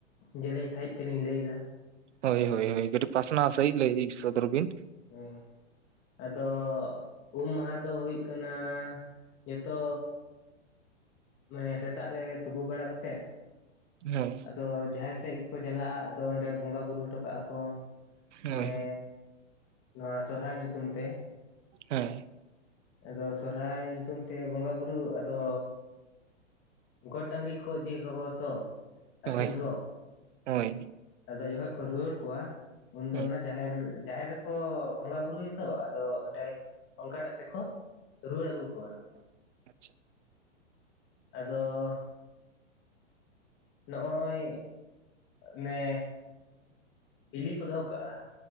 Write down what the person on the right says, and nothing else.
ᱦᱳᱭ ᱦᱳᱭ ᱦᱳᱭ ᱠᱟᱹᱴ ᱯᱟᱥᱱᱟᱣ ᱥᱟᱦᱤᱡ ᱞᱟᱹᱭ ᱥᱚᱫᱚᱨ ᱵᱤᱱ᱾
ᱦᱮᱸ
ᱦᱳᱭ
ᱦᱮᱸ
ᱦᱳᱭ
ᱦᱳᱭ
ᱦᱳᱭ
ᱟᱪᱪᱷᱟ <unintelligible>